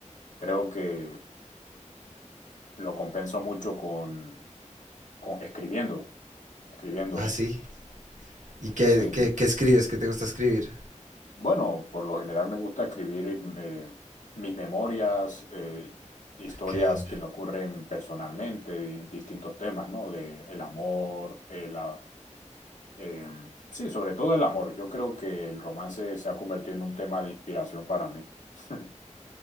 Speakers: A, on the left; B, on the right.
A: creo que lo compenso mucho con, con escribiendo, escribiendo.
B: Ah, sí. ¿Y qué,
A: Sí,
B: qué, qué escribes? ¿Qué te gusta escribir?
A: Bueno, por lo general me gusta escribir eh, mis memorias, eh, historias
B: Qué bien.
A: que me ocurren personalmente, di- distintos temas, ¿no? De el amor, eh, la, eh, sí, sobre todo el amor. Yo creo que el romance se ha convertido en un tema de inspiración para mí. <laughs>